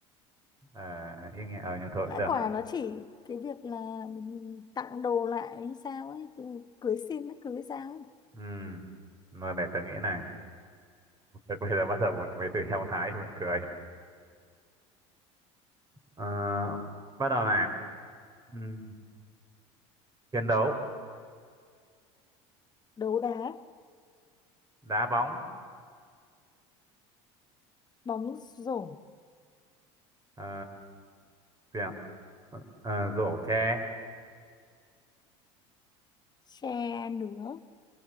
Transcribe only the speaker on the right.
à, yên nghe ờ nhưng thôi
cũng được
Ừm, mà để tớ nghĩ này <laughs> Thôi, bây giờ bắt đầu một mấy từ heo thái thì buồn cười Ờ, bắt đầu này Ừm, chiến đấu
đá bóng
ờ, gì ạ? Ờ, ờ, rổ tre